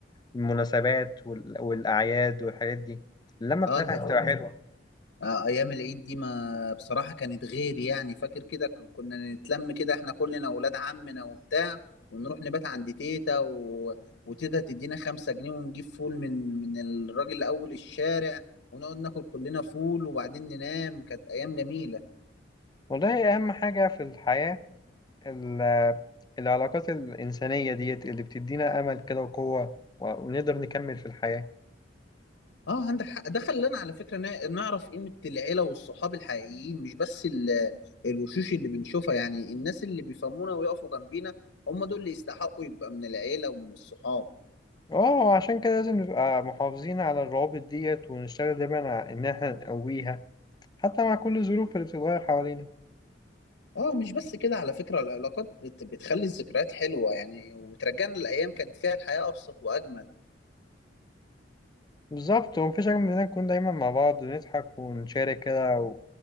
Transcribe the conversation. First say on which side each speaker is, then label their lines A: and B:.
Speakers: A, on the left; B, on the left.
A: المناسبات وال- والأعياد والحاجات دي اللمة بتاعتها
B: اه انت هتقول
A: بتبقى حلوة
B: آه، ايام العيد دي ما بصراحه كانت غير يعني فاكر كده كن- كنا نتلم كده احنا كلنا اولاد عمنا وبتاع ونروح نبات عند تيتا و... وتيتا تدينا خمسة جنيه ونجيب فول من من الراجل اول الشارع ونقعد ناكل كلنا فول وبعدين ننام كانت ايام جميله
A: والله أهم حاجة في الحياة ال- العلاقات الإنسانية ديت اللي بتدينا أمل كده وقوة ونقدر نكمل في الحياة
B: اه عندك حق ده خلانا على فكره نا- نعرف قيمه العيله والصحاب الحقيقيين مش بس ال... الوشوش اللي بنشوفها يعني الناس اللي بيفهمونا ويقفوا جنبينا هم دول اللي يستحقوا يبقى من العيله ومن الصحاب
A: اه عشان كده لازم نبقى محافظين على الروابط ديت ونشتغل دايما على ان احنا نقويها حتى مع كل الظروف اللي بتتغير حوالينا
B: اه مش بس كده على فكرة العلاقات بت... بتخلي الذكريات حلوة يعني وبترجعنا لأيام كانت فيها الحياة أبسط وأجمل
A: بالظبط ومفيش حاجة من إننا نكون دايما مع بعض ونضحك ونشارك كده